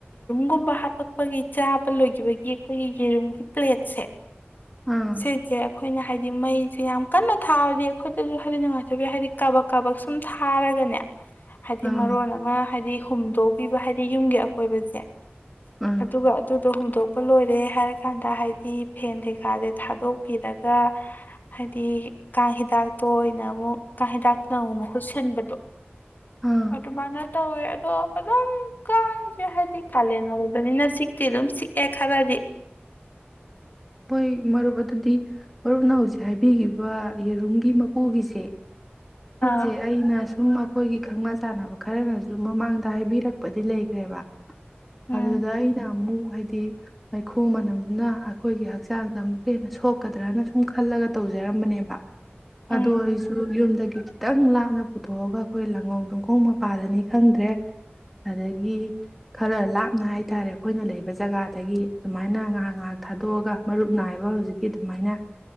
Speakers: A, on the left; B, in the centre.
A: ꯒꯨꯝꯕ ꯍꯥꯞꯄꯛꯄꯒꯤ ꯆꯥꯕ ꯂꯣꯏꯈꯤꯕꯒꯤ ꯑꯩꯈꯣꯏꯒꯤ ꯌꯦꯔꯨꯝꯒꯤ ꯄ꯭ꯂꯦꯠꯁꯦ
B: ꯑꯥ
A: ꯁꯤꯁꯦ ꯑꯩꯈꯣꯏꯅ ꯍꯥꯏꯗꯤ ꯃꯩꯁꯦ ꯌꯥꯝ ꯀꯟꯅ ꯊꯥꯔꯗꯤ ꯑꯩꯈꯣꯏꯗꯁꯨ ꯍꯥꯏꯗꯤ ꯅꯨꯡꯉꯥꯏꯇꯕꯤꯨ ꯍꯥꯏꯗꯤ ꯀꯕꯛ ꯀꯕꯛ ꯁꯨꯝ ꯊꯥꯔꯒꯅꯦ ꯍꯥꯏꯗꯤ
B: ꯑꯥ
A: ꯃꯔꯣꯟ ꯑꯃ ꯍꯥꯏꯗꯤ ꯍꯨꯝꯗꯣꯛꯄꯤꯕ ꯍꯥꯏꯗꯤ ꯌꯨꯝꯒꯤ ꯑꯀꯣꯏꯕꯁꯦ
B: ꯑꯥ
A: ꯑꯗꯨꯒ ꯑꯗꯨꯗꯣ ꯍꯣꯡꯗꯣꯛ ꯄ ꯂꯣꯏꯔꯦ ꯍꯥꯏꯔ ꯀꯥꯟꯗ ꯍꯥꯏꯗꯤ ꯐꯦꯟ ꯀꯩꯀꯥꯥꯁꯦ ꯊꯥꯗꯣꯛꯄꯤꯔꯒ ꯍꯥꯏꯗꯤ ꯀꯥꯡ ꯍꯤꯗꯥꯛꯇꯣ ꯑꯣꯏꯅ ꯑꯃꯨꯛ ꯀꯥꯡ ꯍꯤꯗꯥꯛꯇꯨꯅ ꯑꯃꯨꯛ ꯃꯍꯨꯠ ꯁꯤꯟꯕꯗꯣ
B: ꯑꯥ
A: ꯑꯇꯣ ꯃꯅꯔ ꯇꯧꯋꯦ ꯑꯗꯣ ꯑꯗꯨꯝ ꯀꯥꯏꯁꯦ ꯍꯥꯏꯗꯤ ꯀꯥꯂꯦꯟ ꯑꯣꯏꯕꯅꯤꯅ ꯁꯤꯛꯇꯤ ꯑꯗꯨꯝ ꯁꯤꯛꯑꯦ ꯈꯔꯗꯤ
B: ꯍꯣꯏ ꯃꯔꯨꯞ ꯑꯗꯨꯗꯤ ꯃꯔꯨꯞꯅ ꯍꯧꯖꯤꯛ ꯍꯥꯏꯕꯤꯈꯤꯕ ꯌꯦꯔꯨꯝꯒꯤ ꯃꯀꯨꯒꯤꯁꯦ ꯁꯤꯁꯦ
A: ꯑꯥ
B: ꯑꯩꯅ ꯁꯨꯝ ꯑꯩꯈꯣꯏꯒꯤ ꯈꯪꯅ ꯆꯥꯟꯅꯕ ꯈꯔꯅꯁꯨ ꯃꯃꯥꯡꯗ ꯍꯥꯏꯕꯤꯔꯛꯄꯗꯤ ꯂꯩꯈ꯭ꯔꯦꯕ
A: ꯎꯝ
B: ꯑꯗꯨ ꯀ ꯏꯅꯃꯨ ꯍꯥꯏꯗꯤ ꯃꯩꯈꯨ ꯃꯅꯝꯗꯨꯅ ꯑꯩꯈꯣꯏꯒꯤ ꯍꯛꯆꯥꯡꯗ ꯑꯃꯨꯛꯀ ꯍꯦꯟꯅ ꯁꯣꯛꯀꯗ꯭ꯔꯅ ꯁꯨꯝ ꯈꯜꯂꯒ ꯇꯧꯖꯔꯝꯕꯅꯦꯕ
A: ꯎꯝ
B: ꯑꯗꯨ ꯑꯩꯁꯨ ꯌꯨꯝꯗꯒꯤ ꯈꯤꯇꯪ ꯂꯥꯞꯅ ꯄꯨꯊꯣꯛꯑꯒ ꯑꯩꯈꯣꯏ ꯂꯥꯡꯒꯣꯡ ꯣꯡꯈꯣꯡ ꯃꯄꯥꯗꯅꯤ ꯈꯪꯗ꯭ꯔꯦ ꯑꯗꯒꯤ ꯈꯔ ꯂꯥꯞꯅ ꯍꯥꯏꯇꯥꯔꯦ ꯑꯩꯈꯣꯏꯅ ꯂꯩꯕ ꯖꯒꯥꯗꯒꯤ ꯑꯗꯨꯃꯥꯏꯅ ꯉꯥꯏꯍꯥꯛ ꯉꯥꯏꯍꯥꯛ ꯊꯥꯗꯣꯛꯑꯒ ꯃꯔꯨꯞ ꯅꯥꯏꯕ ꯍꯧꯖꯤꯛꯀꯤ ꯑꯗꯨꯃꯥꯏꯅ